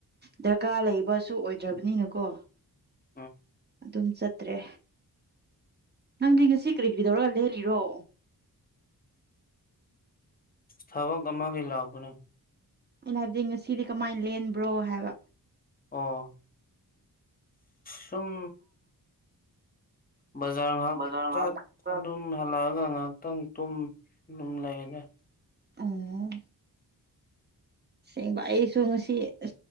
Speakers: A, on the right; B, on the left.
A: ꯗꯔꯀꯥꯔ ꯂꯩꯕꯁꯨ ꯑꯣꯏ ꯗꯈꯔꯕꯅꯤꯅꯀꯣ
B: ꯑꯝ
A: ꯑꯗꯨꯝ ꯆꯠꯇ꯭ꯔꯦ ꯅꯪꯗꯤ ꯉꯁꯤ ꯀ꯭ꯔꯤ ꯀ꯭ꯔꯤ ꯇꯧꯔꯒ ꯂꯦꯜꯂꯤꯔꯣ
B: <inaudible> ꯊꯕꯛ ꯑꯃꯒꯤ ꯂꯥꯛꯄꯅꯦ
A: ꯑꯩꯅ ꯍꯥꯏꯕꯗꯤ ꯉꯁꯤꯗꯤ ꯀꯃꯥꯏꯅ ꯂꯦꯟꯕ꯭ꯔꯣ ꯍꯥꯏꯕ
B: ꯑꯣ ꯁꯨꯝ ꯕꯖꯥꯔ ꯉꯍꯥꯛ
A: ꯕꯖꯥꯔ ꯉꯥꯏꯍꯥꯛ
B: ꯆꯠ
A: ꯆꯠ
B: ꯑꯗꯨꯝ ꯍꯜꯂꯛꯑꯒ ꯉꯥꯏꯍꯥꯛꯇꯪ ꯑꯗꯨꯝ ꯑꯗꯨꯝ ꯂꯩꯌꯦꯗ
A: ꯑꯣ ꯁꯁꯦꯡꯕ ꯑꯩꯁꯨ ꯉꯁꯤ ꯑ